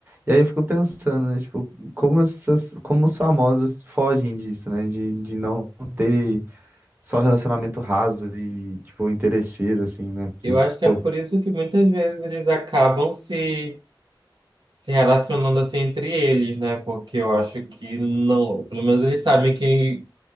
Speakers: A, on the right; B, on the right.
A: E aí eu fico pensando, né? Tipo, como, essas, como os famosos fogem disso, né? De, de não ter só relacionamento raso e, tipo, interesseiro, assim, né? Porque,
B: Eu acho que
A: pô,
B: é por isso que muitas vezes eles acabam se, se relacionando assim entre eles, né? Porque eu acho que não. Pelo menos eles sabem que,